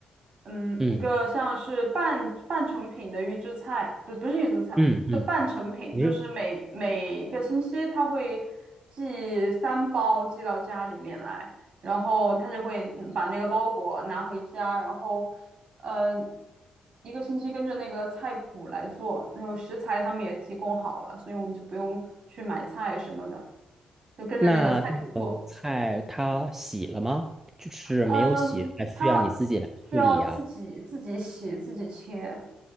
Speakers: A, on the right (about 60°); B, on the right (about 20°).
A: 嗯，
B: 嗯
A: 一个像是半半成品的预制菜，不不是预制菜，
B: 嗯嗯，
A: 是半成品，
B: 嗯
A: 就是每每个星期他会寄三包寄到家里面来。然后他就会嗯把那个包裹拿回家，然后，嗯，一个星期跟着那个菜谱来做，然后食材他们也提供好了，所以我们就不用去买菜什么的，就跟着那个菜谱做。
B: 那那个菜它洗了吗？就是没有洗，
A: 嗯，
B: 还需要你自己来处理呀。
A: 他需要自己自己洗自己切，